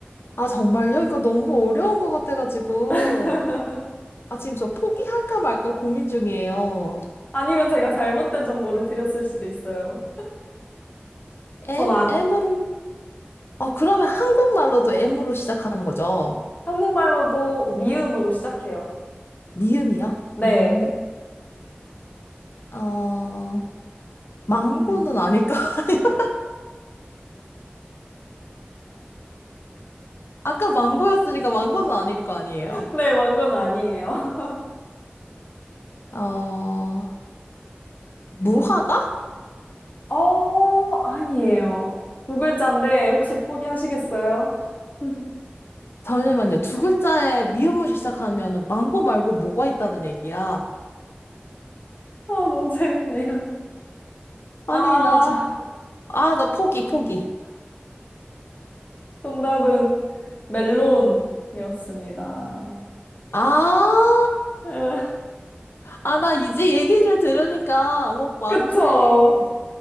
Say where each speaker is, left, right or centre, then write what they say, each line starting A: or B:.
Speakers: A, on the left (about 80°); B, on the left (about 45°).
A: 아, 정말요? 이거 너무 어려운 것 같아가지고.
B: <laughs>
A: 아, 지금 저 포기할까 말까 고민 중이에요.
B: 아니면 제가 잘못된 정보를 드렸을 수도 있어요.
A: M,
B: 전 안,
A: M으로. 아, 그러면 한국말로도 M으로 시작하는 거죠?
B: 한국말로도 미음으로 시작해요.
A: 미음이요?
B: 네.
A: 음, 어, 망고는
B: <laughs>
A: 아닐까? <laughs> 아까 망고였으니까 망고는 아닐 거 아니에요.
B: 네, 망건 아니에요.
A: 어,
B: <laughs>
A: 무화과?
B: 음. 어, 아니에요. 두 글자인데 혹시 포기하시겠어요? <laughs>
A: 잠시만요. 두 글자에 미음으로 시작하면은 망고 말고 뭐가 있다는 얘기야?
B: 아, 너무 재밌네요.
A: 아니,
B: 아,
A: 나 지금, 아, 나 포기, 포기.
B: 정답은 멜론이었습니다.
A: 아,
B: <laughs>
A: 아, 나 이제 얘기를 들으니까, 오 맞네.
B: 그쵸?